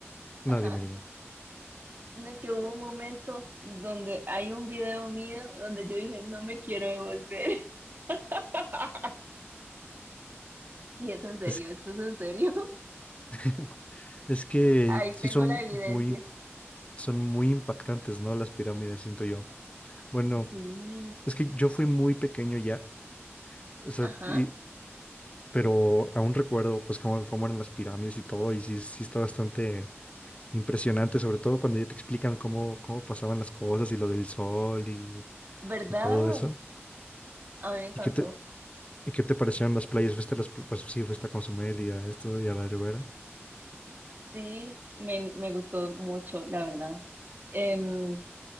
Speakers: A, on the left; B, on the right.
A: No,
B: ajá,
A: dime, dime.
B: no, que hubo un momento donde hay un video mío donde yo dije, no me quiero devolver. <laughs> Y es en serio,
A: Es,
B: eso es en serio.
A: <laughs> es que
B: Ahí
A: sí
B: tengo
A: son
B: la evidencia.
A: muy, son muy impactantes, ¿no? Las pirámides, siento yo. Bueno,
B: Sí,
A: es que yo fui muy pequeño ya, o sea,
B: ajá,
A: y- pero aún recuerdo, pues, cómo, cómo eran las pirámides y todo, y sí, sí está bastante impresionante, sobre todo cuando ya te explican cómo, cómo pasaban las cosas y lo del sol y,
B: ¿verdad?
A: y todo eso.
B: A mí me encantó.
A: ¿Y qué te, y qué te parecieron las playas? ¿Fuiste a las, pl- pues sí, fuiste a Cozumel y a esto y a la Ribera?
B: Sí, me, me gustó mucho, la verdad. Em,